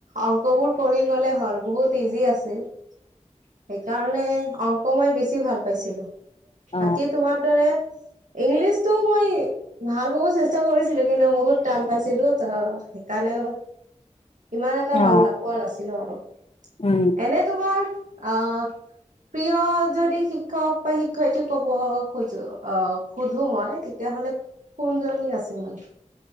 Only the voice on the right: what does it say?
অংক বোৰ কৰি গ'লে হ'ল বহুত ইজি আছিল সেইকাৰণে অংক মই বেছি ভাল পাইছিলো
বাকী তোমাৰ দৰে ইংলিছটো মই ভাল পাব চেষ্টা কৰিছিলো কিন্তু বহুত টান পাইছিলো ত সেইকাৰণেও ইমান এটা
ভাল নাপোৱা নাছিল ছিলো আৰু
এনে আহ প্ৰিয় যদি শিক্ষক বা শিক্ষয়িত্ৰী কব খোজো আহ সোধো মই তেতিয়াহলে কোনজনী আছিল মানে